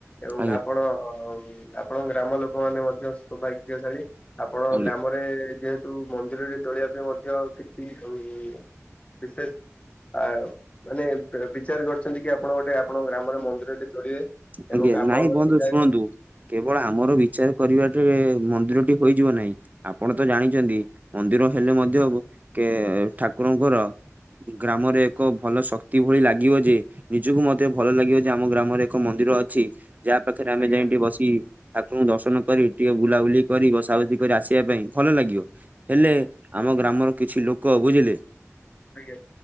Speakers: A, on the left; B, on the right.
A: ଏବଂ
B: ଆଜ୍ଞା
A: ଆପଣ ଆପଣଙ୍କ ଗ୍ରାମ ଲୋକମାନେ ମଧ୍ୟ ସୌଭାଗ୍ୟଶାଳୀ। ଆପଣ
B: ଆଜ୍ଞା
A: ଗ୍ରାମରେ ଯେହେତୁ ମନ୍ଦିରରେ ତୋଳିବା ପାଇଁ ମଧ୍ୟ କିଛି ହୋଉଛି। ବିଶେଷ୍ ଆଉ ମାନେ ବିଚାର କରଛନ୍ତି କି ଆପଣ ଗୋଟେ ଆପଣଙ୍କ ଗ୍ରାମରେ ମନ୍ଦିରଟେ ତୋଳିବେ
B: ଆଜ୍ଞା
A: ଏବଂ ଆପଣଙ୍କ
B: ନାଇଁ ବନ୍ଧୁ
A: ବିଧାୟକ
B: ଶୁଣନ୍ତୁ କେବଳ ଆମର ବିଚାର କରିବାଟେ ମନ୍ଦିରଟି ହୋଇଯିବ ନାହିଁ। ଆପଣ ତ ଜାଣିଛନ୍ତି, ମନ୍ଦିର ହେଲେ ମଧ୍ୟ କେ ଠାକୁରଙ୍କର ଗ୍ରାମରେ ଏକ ଭଲ ଶକ୍ତି ଭଳି ଲାଗିବ ଯେ। ନିଜକୁ ମଧ୍ୟ୍ୟ ଭଲ ଲାଗିବ ଯେ ଆମ ଗ୍ରାମରେ ଏକ ମନ୍ଦିର ଅଛି, ଯାହା ପାଖରେ ଆମେ
A: ଆଜ୍ଞା
B: ଯାଇ ଟିକେ ବସି। ଠାକୁରଙ୍କୁ ଦର୍ଶନ କରି, ଟିକେ ବୁଲାବୁଲି କରି, ବସା ବସି କରି, ଆସିବା ପାଇଁ ଭଲ ଲାଗିବ। ହେଲେ
A: ଆଜ୍ଞା
B: ଆମ ଗ୍ରାମର କିଛି ଲୋକ ବୁଝିଲେ
A: ଆଜ୍ଞା